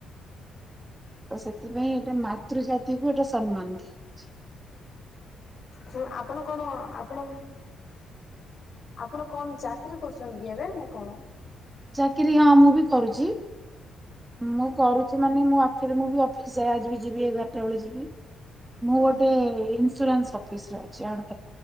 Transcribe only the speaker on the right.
ତ ସେଥିପାଇଁ ଏଟେ ମାତୃ ଜାତିକୁ ଗୋଟେ ସମ୍ମାନ ଦିଆଉଛି।
ଚାକିରି ହଁ ମୁଁ ବି କରୁଛି। ମୁଁ କରୁଛି ମାନେ ମୁଁ ଫରେ ମୁଁ ବି ଅଫିସ ଯାଏ ଆଜି ବି ଯିବି ଏଗାରଟା ବେଳେ ଯିବି। ମୁଁ ଗୋଟେ
ଇନ୍ସୁରାନ୍ସ ଅଫିସରେ ଅଛି ଆଡ଼େ